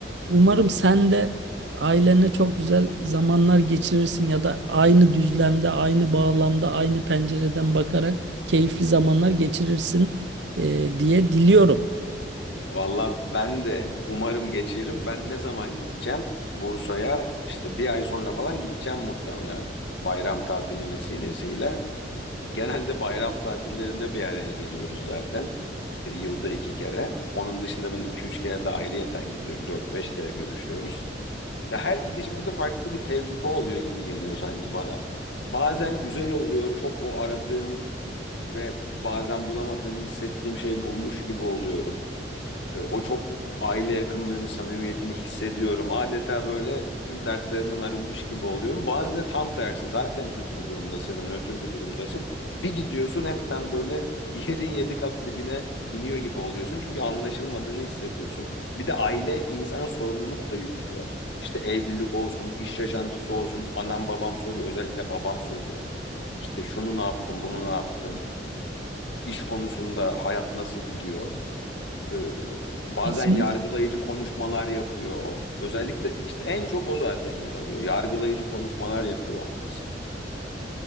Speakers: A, on the right (about 70°); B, on the left (about 75°).
A: umarım sen de ailenle çok güzel zamanlar geçirirsin ya da aynı düzlemde, aynı bağlamda, aynı pencereden bakarak keyifli zamanlar geçirirsin e, diye diliyorum.
B: Valla ben de umarım geçiririm. Ben ne zaman gideceğim? Bursa'ya işte bir ay sonra falan gideceğim muhtemelen bayram tatili vesilesiyle. Genelde bayram tatillerinde bir araya geliyoruz zaten. E, yılda iki kere. Onun dışında ben iki üç kere de ayrıyeten gidiyorum. Dört beş kere görüşüyoruz. Ya her gidişimde de farklı bir tecrübe oluyor gibi geliyor sanki bana. Bazen güzel oluyor, çok o aradığım ve bazen bulamadığımı hissettiğim şey bulmuş gibi oluyorum. E, O çok aile yakınlığını, samimiyetini hissediyorum. Adeta böyle tüm dertlerimden arınmış gibi oluyorum. Bazen de tam tersi. Zaten kötü bir durumdasın ya da nötr bir durumdasın. Bir gidiyorsun hepten böyle <laughs> yerin yedi kat dibine iniyor gibi oluyorsun. Çünkü anlaşılmadığını hissediyorsun. Bir de aile insana sorumluluk da yüklüyor. İşte evlilik olsun, iş yaşantısı olsun. Anam babam soruyor. Özellikle babam soruyor. İşte şunu ne yaptın, bunu ne yaptın? iş konusunda hayat nasıl gidiyor? Ee, bazen
A: Kesinlikle.
B: yargılayıcı konuşmalar yapıyor. Özellikle işte en çok o zaten yer alıyor. Yargılayıcı konuşmalar yapıyor olması.